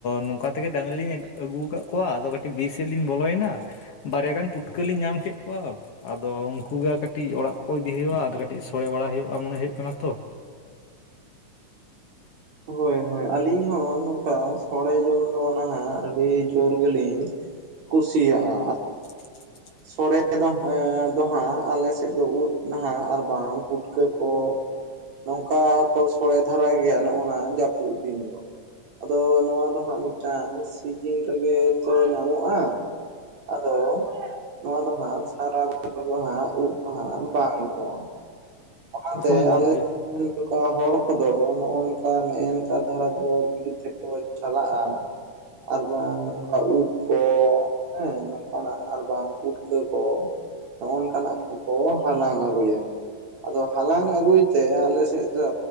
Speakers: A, on the left; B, on the right.
A: ᱱᱚᱝᱠᱟ ᱛᱮᱜᱮ ᱰᱟᱹᱝᱨᱤ ᱞᱤᱧ ᱟᱹᱜᱩ ᱟᱹᱜᱩᱣ ᱠᱟᱜ ᱠᱚᱣᱟ ᱟᱫᱚ ᱠᱟᱹᱴᱤᱡ ᱵᱤᱨ ᱥᱮᱫ ᱞᱤᱧ ᱵᱚᱞᱚᱭᱮᱱᱟ, ᱵᱟᱨᱭᱟ ᱜᱟᱱ ᱯᱩᱴᱠᱟᱹ ᱞᱤᱧ ᱧᱟᱢ ᱠᱮᱫ ᱠᱚᱣᱟ, ᱟᱫᱚ ᱩᱱᱠᱩ ᱜᱮ ᱠᱟᱹᱴᱤᱡ ᱚᱲᱟᱜ ᱠᱚ ᱤᱫᱤ ᱦᱩᱭᱩᱜ-ᱟ ᱟᱫᱚ ᱠᱟᱹᱴᱤᱡ ᱥᱳᱲᱮ ᱵᱟᱲᱟ ᱦᱩᱭᱩᱜ-ᱟ ᱢᱚᱱᱮ ᱦᱩᱭᱩᱜ ᱠᱟᱱᱟ ᱛᱚ᱾
B: ᱦᱳᱭ ᱦᱳᱭ ᱟᱹᱞᱤᱧ ᱦᱚᱸ ᱱᱚᱝᱠᱟ ᱥᱚᱲᱮ ᱡᱚᱝ ᱫᱚ ᱱᱟᱦᱟᱜ ᱟᱹᱰᱤ ᱡᱳᱨ ᱜᱮᱞᱤᱧ ᱠᱩᱥᱤᱭᱟᱜ-ᱟ
A: <unintelligible>
B: ᱥᱚᱲᱮ ᱫᱚ ᱫᱚᱦᱟᱸᱜ ᱟᱞᱮ ᱥᱮᱫ ᱫᱚ ᱩᱫ ᱱᱟᱦᱟᱜ ᱟᱨ ᱵᱟᱝ ᱯᱩᱴᱠᱟᱹ ᱠᱚ ᱱᱚᱝᱠᱟ ᱠᱚ ᱥᱳᱲᱮ ᱫᱷᱟᱨᱟ ᱜᱮᱭᱟ ᱚᱱᱟ ᱡᱟᱹᱯᱩᱫ ᱫᱤᱱ ᱫᱚ ᱟᱫᱚ ᱱᱚᱣᱟ ᱫᱚ ᱦᱟᱸᱜ ᱢᱤᱫᱴᱟᱝ ᱡᱤᱧ ᱨᱮᱜᱮ ᱛᱚ ᱧᱟᱢᱚᱜ-ᱟ, ᱟᱫᱚ ᱱᱚᱣᱟ ᱫᱚ ᱦᱟᱸᱜ ᱥᱟᱨᱟ ᱵᱚᱪᱷᱚᱨ <inaudible> ᱫᱚ ᱦᱟᱸᱜ ᱩᱵ ᱫᱚ ᱦᱟᱸᱜ ᱵᱟᱝ ᱧᱟᱢᱚᱜ-ᱟ᱾ ᱚᱱᱟ ᱛᱮ
A: ᱦᱳᱭ ᱜᱚᱢᱠᱮ
B: ᱟᱞᱮ ᱱᱚᱝᱠᱟ ᱦᱚᱲ ᱠᱚᱫᱚ ᱱᱚᱜ-ᱚ ᱱᱚᱠᱟ ᱱᱮ ᱮ ᱱᱮᱠᱟ ᱫᱷᱟᱨᱟ ᱫᱚ ᱵᱤᱨ ᱛᱮᱠᱚ ᱪᱟᱞᱟᱜ-ᱟ᱾ ᱟᱨ ᱵᱟᱝ ᱚᱝᱠᱟ ᱩᱫ ᱠᱚ ᱦᱮᱸ ᱱᱚᱝᱠᱟᱱᱟᱜ ᱟᱨ ᱵᱟᱝ ᱯᱩᱴᱠᱟᱹ ᱠᱚ ᱱᱚᱜ-ᱚ ᱱᱚᱠᱟᱱᱟᱜ ᱠᱚᱠᱚ ᱦᱟᱞᱟᱝ ᱟᱹᱜᱩᱭᱟ᱾ ᱟᱫᱚ ᱦᱟᱞᱟᱝ ᱟᱹᱜᱩᱭ ᱛᱮ ᱟᱞ ᱥᱮᱫ ᱫᱚ